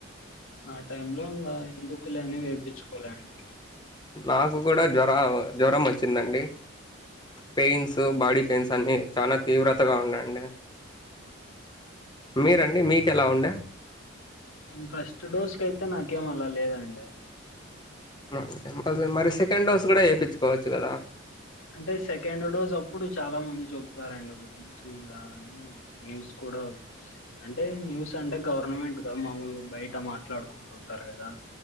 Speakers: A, on the left; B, on the left.
A: ఆ టైం లో ఇంకా ఎందుకులే అని వేపిఛ్చుకోలేండి
B: నాకు మాకు కూడా జ్వర జ్వరం వచ్చిందండి పెయిన్స్ బాడీ పెయిన్స్ అన్ని చాలా తీవ్రతగా ఉన్నాయండి మీరండి మీకు ఎలా ఉండే
A: నేను ఫస్ట్ డోస్ కయితే నాకేమ అలా లేదండి
B: మ మరి... మరి.. సెకండ్ డోస్ కూడా ఏపిచ్చుకోవచ్చు కదా
A: అంటే సెకండ్ డోస్ అప్పుడు చాలా మంది చెప్పారండి వద్దు ఇలా అని న్యూస్ కూడా వచ్చి అంటే న్యూస్ అంటే గవర్నమెంట్ గా మాములు బయట మాట్లాడుకుంటుంటారు కదా